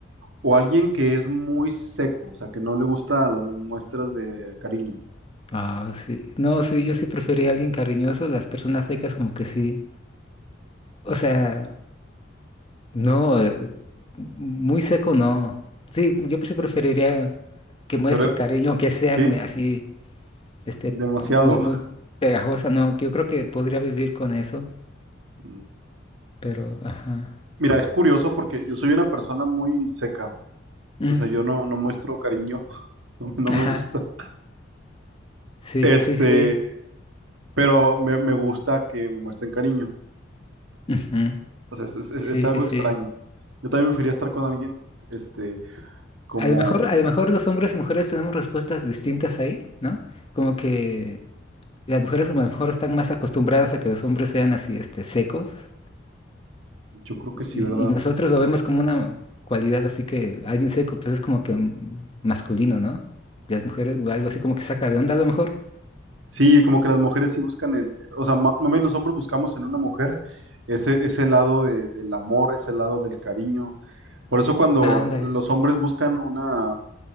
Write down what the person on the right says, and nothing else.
o alguien que es muy seco, o sea, que no le gusta las muestras de cariño.
Pero
sí,
demasiado.
Mm.
Mira, es curioso porque yo soy una persona muy seca.
O sea, yo no, no muestro cariño, <laughs> no no
me gusta.
Este,
pero me, me gusta que me muestren cariño.
O sea, es, es- es-
es algo
extraño. Yo también preferiría estar con alguien, este, como,
yo creo que sí,
¿verdad?
Sí, como que las mujeres sí buscan el, o sea, ma- mami, los hombres buscamos en una mujer ese, ese lado de- del amor, ese lado del cariño. Por eso cuando
los hombres buscan una,